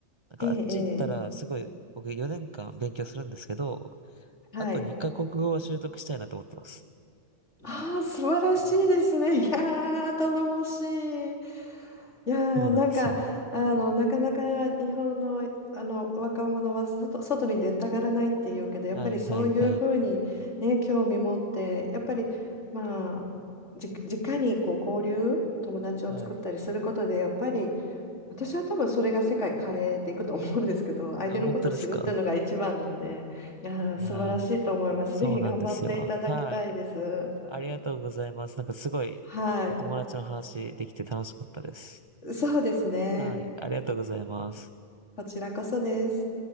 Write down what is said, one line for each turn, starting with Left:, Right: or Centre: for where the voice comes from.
Right: なんかあっち行ったら、
Left: ええ、ええ
Right: すごい、僕4年間勉強するんですけど、
Left: はい。
Right: あと2カ国語を習得したいなと思ってます。
Left: ああ、素晴らしいですね。いやー、頼もしい。いやーなんかあのなかなか日本の、
Right: そうなんですよ。
Left: あの若者は外、外に出たがらないっていうけどやっぱりそういうふうに、
Right: はいはいはい。
Left: ね、興味持ってやっぱりまあじ直にこう交流友達を作ったりすることでやっぱり
Right: はい。
Left: 私は多分それが世界変えていくと思うんですけど <laughs> 相手のことを知るっていうのが一番なんでいやー素晴らしいと思います。
Right: あ、本当ですかいやー。そうなんですよ。
Left: ぜひ頑張っていただきたいです。
Right: はい。ありがとうございます。なんかすごいお友達の話できて楽しかったです。
Left: はい、そうですね。
Right: はい。ありがとうございます。
Left: こちらこそです。